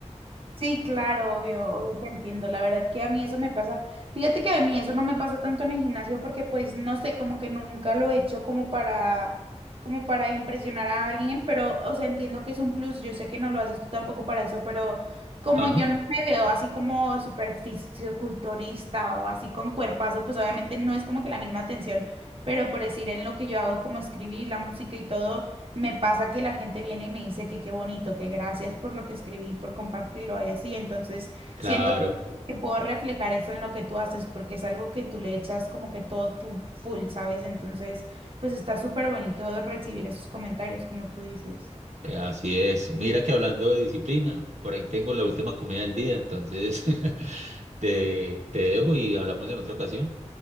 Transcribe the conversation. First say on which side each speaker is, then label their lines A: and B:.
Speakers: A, on the right; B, on the right.
A: Sí, claro, obvio, obvio te entiendo. La verdad que a mí eso me pasa. Fíjate que a mí eso no me pasa tanto en el gimnasio porque pues no sé, como que nunca lo he hecho como para como para impresionar a alguien, pero o sea, entiendo que es un plus. Yo sé que no lo haces tú tampoco para eso, pero como
B: Ajá,
A: yo no me veo así como súper fisiculturista o así con cuerpazo, pues obviamente no es como que la misma atención, pero por decir en lo que yo hago como escribir la música y todo me pasa que la gente viene y me dice que qué bonito, que gracias por lo que escribí, por compartirlo y así. Entonces,
B: claro,
A: siento que puedo reflejar eso en lo que tú haces porque es algo que tú le echas como que todo tu full, ¿sabes? Entonces, pues está súper bonito recibir esos comentarios, como tú dices.
B: eh, así es. Mira que hablando de disciplina, por ahí tengo la última comida del día, entonces <laughs> te, te dejo y hablamos en otra ocasión.